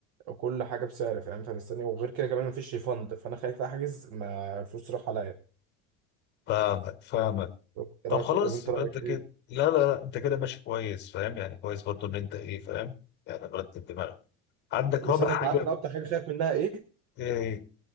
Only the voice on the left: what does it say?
فاهمك فاهمك
طب
خلاص
يبقى
انت
كده لا لا لا انت كده ماشي كويس فاهم يعني كويس برضو ان انت ايه فاهم يعني مرتب دماغك عندك
رابع
حاجه
ايه